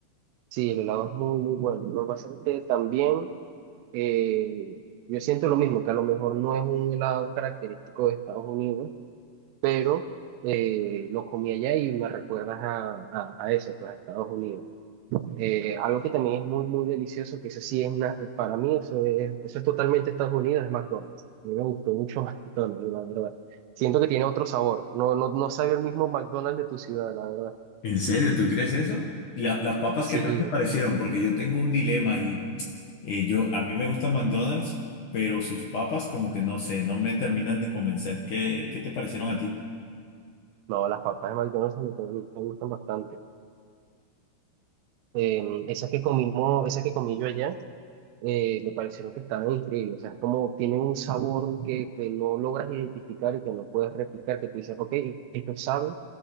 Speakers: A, on the right (about 80°); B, on the left (about 60°).
A: Sí, el helado es muy, muy bueno. Lo que pasa es que también eh, yo siento lo mismo, que a lo mejor no es un helado característico de Estados Unidos, pero eh, lo comí allá y me recuerdas a, a, a eso, pues a Estados Unidos. Eh, algo que también es muy, muy delicioso, que eso sí es una, para mí eso es, eso es totalmente Estados Unidos, es McDonald's. A mí me gustó mucho <laughs> McDonald's, la verdad. Siento que tiene otro sabor. No, no, no sabe el mismo McDonald's de tu ciudad, la verdad.
B: ¿En serio? ¿Tú crees eso? La- ¿Las papas
A: Sí,
B: qué tal te parecieron? Porque yo tengo un dilema y eh, yo, a mí me gusta McDonald's, pero sus papas como que no sé, no me terminan de convencer. ¿Qué, qué te parecieron a ti?
A: no, las papas de McDonald's a mí también me gustan bastante. Eh, esas que comimos, esas que comí yo allá, eh, me parecieron que estaban increíbles. O sea, es como tienen un sabor que, que no logras identificar y que no puedes replicar, que tú dices, ok, esto sabe